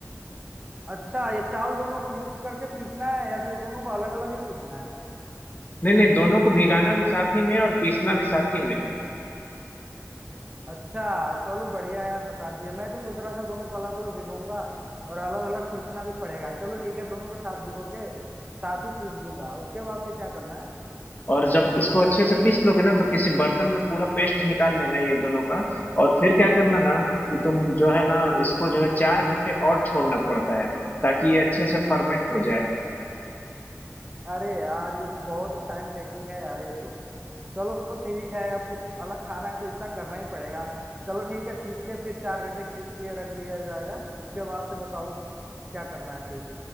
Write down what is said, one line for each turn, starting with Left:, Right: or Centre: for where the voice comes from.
Right: अच्छा ये चावल दोनों को मिक्स करके पीसना है या फिर दोनों को अलग अलग ही पीसना है
Left: नहीं नहीं दोनों को भिगाना भी साथ ही में और पीसना भी साथ ही में
Right: अच्छा चलो बढ़िया है यार बता दिया मैं तो सोच रहा था दोनों को अलग अलग भिगोऊंगा और अलग अलग पीसना भी पड़ेगा चलो ठीक है दोनों को साथ भिगो के साथ ही पीस दूंगा उसके बाद से क्या करना है
Left: और जब इसको अच्छे से पीस लोगे ना तो किसी बर्तन में पूरा पेस्ट निकाल लेना है ये दोनों का और फिर क्या करना ना कि तुम जो है ना इसको जो है चार घंटे और छोड़ना पड़ता है ताकि ये अच्छे से फर्मेंट हो जाए
Right: अरे यार ये तो बहुत ही टाइम टेकिंग है यार ये तो चलो ठीक है अब कुछ अलग खाना है तो इतना करना ही पड़ेगा चलो ठीक है पीस के फिर चार घंटे के लिए रख लिया जाएगा इसके बाद से बताओ क्या करना है फिर